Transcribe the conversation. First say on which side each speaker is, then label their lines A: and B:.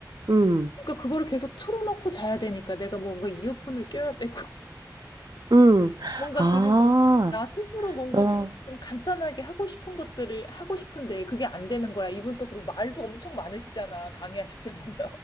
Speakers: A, on the right (about 65°); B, on the left (about 80°).
A: 음,
B: 그러니까 그거를 계속 틀어놓고 자야 되니까 내가 뭔가 이어폰을 껴야 되고.
A: 음.
B: 뭔가
A: 아,
B: 그래서 나 스스로 뭔가
A: 어,
B: 좀, 좀 간단하게 하고 싶은 것들을 하고 싶은데 그게 안 되는 거야. 이분 또 그리고 말도 엄청 많으시잖아. 강의하실 때 보면.